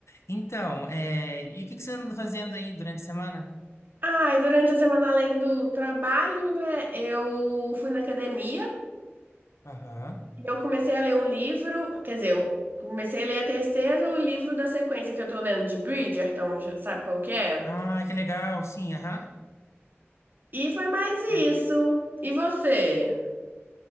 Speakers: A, on the left (about 90°); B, on the right (about 45°).
A: Então, é, e o que que você anda fazendo aí durante a semana?
B: Ai, durante a semana, além do trabalho, né, eu fui na academia.
A: Aham.
B: E eu comecei a ler um livro, quer dizer, eu comecei a ler o terceiro livro da sequência que eu tô lendo, de Bridgerton, já sabe qual que é?
A: Ah, que legal, sim, aham.
B: E foi mais
A: É.
B: isso. E você?